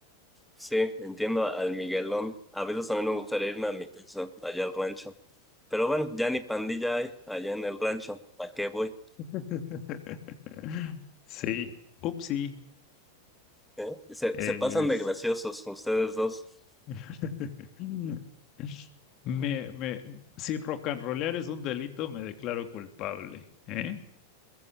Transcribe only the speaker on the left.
<laughs> Sí, upsí.
Es...
<laughs> Me, me, si rock and rollear es un delito, me declaro culpable, ¿eh?